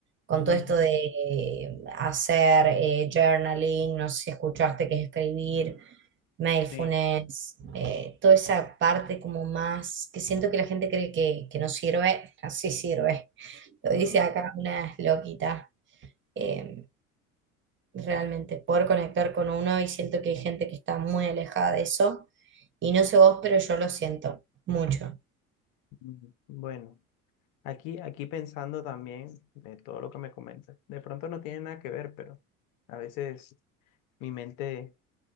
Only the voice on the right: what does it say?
Con
todo esto de eh, hacer eh, journaling, no sé si escuchaste que es escribir, mindfulness,
eh, toda esa parte como más que siento que la gente cree que, que no sirve, <laughs> así sirve. Lo dice
acá una loquita, eh, realmente poder conectar con uno y siento que hay gente que está muy alejada de eso y no sé vos, pero yo lo siento mucho.